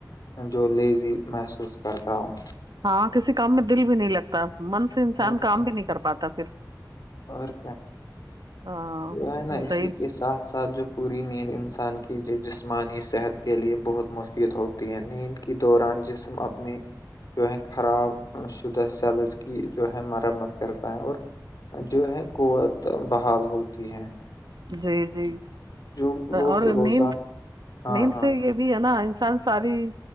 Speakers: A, on the left; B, on the right.
A: جو لیزی محسوس کرتا ہوں
B: ہاں کسی کام میں دل بھی نہیں لگتا من سے انسان
A: اور کیا
B: کام بھی نہیں کر پاتا پھر
A: اور کیا
B: ہاں
A: جو ہے نا
B: یہ
A: اسی
B: صحیح
A: کے ساتھ ساتھ جو پوری نیند انسان کی جسمانیانی صحت کے لیے بہت مفید ہوتی ہے نیند کے دوران جسم اپنے جو ہے خراب شدہ سیلز کی جو ہے مرمت کرتا ہے اور جو ہے قوت بحال ہوتی ہے
B: جی جی
A: جو لوگ
B: اور
A: روزانہ
B: نیند
A: ہاں
B: نیند
A: ہاں
B: سے یہ بھی ہے نا انسان ساری